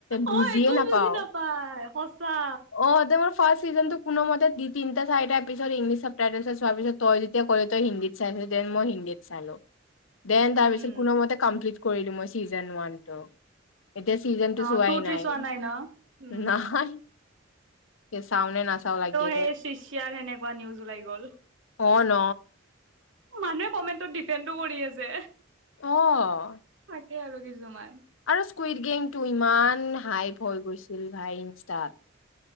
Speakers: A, on the left; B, on the right.
A: বুজিয়ে
B: অ একো
A: নাপাওঁ
B: বুজি নাপায় সঁচা
A: অ ফাৰ্ষ চিজনটোনো কোনো মতে যি তিনটা চাৰিটা এপিছত ইংলিছ চব টাইটেল চোৱাৰ পিছত তই যেয়া কলে তই হিন্দী চাইছিল দেন মই হিন্দীত চালো দেন তাৰপিছত
B: উম
A: কোনোমতে কমপ্লিট কৰিলো মই চিজন ওৱান টো এতিয়া চিজনতটো
B: অ
A: চোৱাই
B: টু থ্ৰী
A: নাই
B: চোৱা ন উম
A: নাই স চামনে নাচও লাগে
B: হেচি চিয়াৰ সেনেকুৱা নিউজ ওলাই গ'ল
A: অ ন
B: মানুহে কমেণ্টত ডিপেণ্ডটো কৰি যে
A: অ
B: তাকে আৰু কিছুমান
A: আৰু স্কুইড গেম টো ইমান হাইপ হৈ গৈছিল ভাই ইন ষ্টাৰ্ট